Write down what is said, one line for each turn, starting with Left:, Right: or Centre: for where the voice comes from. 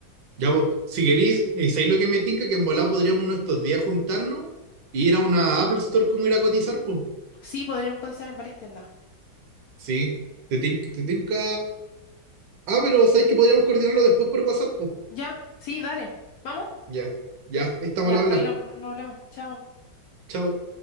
Right: Ya, vos, si querís eh, ¿sabéis lo que me tinca? Que en volado podríamos uno de estos días juntarnos y ir a una Apple Store como ir a cotizar, pues.
Left: Sí, podríamos cotizar en varias tiendas.
Right: Sí, te, tin- te tinca. Ah, pero ¿sabéis que podríamos coordinarlo después por WhatsApp, pues?
Left: ¿Ya? Sí, dale. ¿Vamos?
Right: Ya, ya, ahí estamos
Left: Ya,
Right: al habla.
Left: ahí nos, nos hablamos. Chao.
Right: Chao.